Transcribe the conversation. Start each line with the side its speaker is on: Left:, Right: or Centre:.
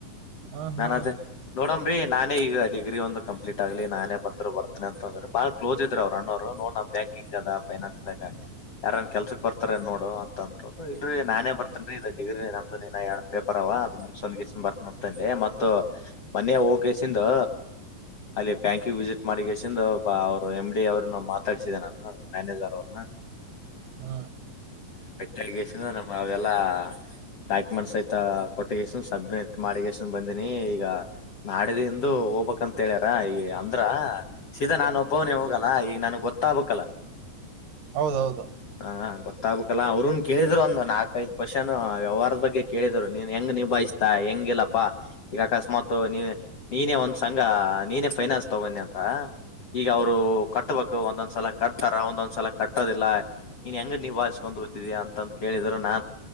Right: ಹ್ಮ್
Left: ನಾನು
Right: ಹ್ಮ್
Left: ಅದೇ. ನೋಡಮ್ರಿ ನಾನೇ ಈಗ ಡಿಗ್ರಿ ಒಂದು ಕಂಪ್ಲೀಟ್ ಆಗ್ಲಿ ನಾನೇ ಬಂದ್ರು ಬರ್ತನನೆ ಅಂತ ಅಂದ್ರೆ ಬ. ಕ್ಲೋಸ್ ಇದ್ರು ಅವರು ಅಣ್ಣ ಅವ್ರು ನೋಡು ನಮ್ಮ ಬ್ಯಾಂಕಿಂಗ್ ಅದ ಫೈನಾಸದಾಗ. ಯಾರನ್ ಕೆಲ್ಸಕ್ ಬರ್ತಾರ ನೋಡು ಅಂತ ಅಂದ್ರ ಇಲ್ರರಿ ನಾನೇ ಬರ್ತೇನ್ರೀ ಇದ ಡಿಗ್ರಿ ನಮ್ದುನ ಪೇಪರ್ವ ಅದು ಮುಂಗಸಂದಗಿಸ್ಕೊಂಡು ಬರ್ತನಂತಂದೆ ಮತ್ತ ಮನೆ ಹೋಗಸಿದು. ಅಲ್ಲಿ ಬ್ಯಾಂಕಿಗೆ ವಿಸಿಟ್ ಮಾಡಿಸಂದು ಅವರು ಎಮ್ ಡಿ ಅವ್ರನ್ನ ಮಾತಾಡ್ಸಿದೆ ನಾನು ಮ್ಯಾನೇಜರ್ ಅವ್ರನ್ನ. <inaudible>
Right: ಹ್ಮ
Left: <unintelligible> ನಮ್ ಅವೆಲ್ಲ ಡಾಕ್ಯುಮೆಂಟ್ಸ್ ಐತೆ. ಕೊಟ್ಟಿಗೆಷ್ಟ ಸಬ್ಮಿಟ್ ಮಾಡಿ ಎಷ್ಟನ್ ಬಂದಿನಿ ಈಗ ನಾಡಿದಿಂದು ಹೋಗ್ಬಕ್ಂತ ಹೇಳ್ಯಾರ ಈ ಅಂದ್ರ ಸೀದಾ ನಾನ ಒಬ್ಬವನ ಹೋಗಲ್ಲ ಈಗ ನನ್ಗ್ ಗೊತ್ತಬೇಕಲ್ಲ.
Right: ಹೌದೌದು
Left: ಹಾ ಗೊತ್ತಾಗ್ಬೇಕಕ್ಲ್ಲಾ ಅವ್ರರುನ್ ಕೇಳಿದ್ರು ಒಂದಂದು ನಾಲಕ್ ಇದೂ ಕ್ವೆಶ್ಚನ್ ಆ ವ್ಯವಹಾರದ ಬಗ್ಗೆ. ಕೇಳಿದ್ರು ನೀನ್ ಹೆಂಗ ನಿಭಾಯಿಸ್ತಾ ಹೆಂಗಿಲ್ಲಪ್ಪಾ. ಈಗ ಅಕಸ್ಮಾತ್ ನೀ ನೀನೇ ಒಂದ್ ಸಂಘ ನೀನೇ ಫೈನಾನ್ಸ್ ತಗೊಂಡಿ ಅಂದ್ರ. ಈಗ ಅವ್ರು ಕಟ್ಬೇಕು ಒಂದೊಂದ್ ಸಲ ಕಟ್ತಾರೆ ಒಂದೊಂದ್ ಸಲ ಕಟ್ಟೋದಿಲ್ಲ. ನೀನ್ ಹೆಂಗ ನಿಭಾಯಿಸಿಕೊಂಡ್ ಹೋಗತಿದೀಯ ಅಂತಂತ ಕೇಳಿದ್ರು ನಾ